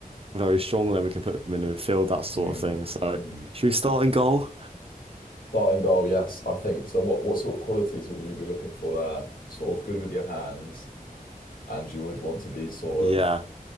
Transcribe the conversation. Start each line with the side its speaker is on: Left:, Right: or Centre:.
Right: very strong, then we can put them in the midfield, that sort
Left: mm,
Right: of thing. So,
Left: mm.
Right: should we start in goal?
Left: Starting goal, yes, I think. So what what sort of qualities would we be looking for there? Sort of good with your hands, and you would want to be sort
Right: Yeah,
Left: of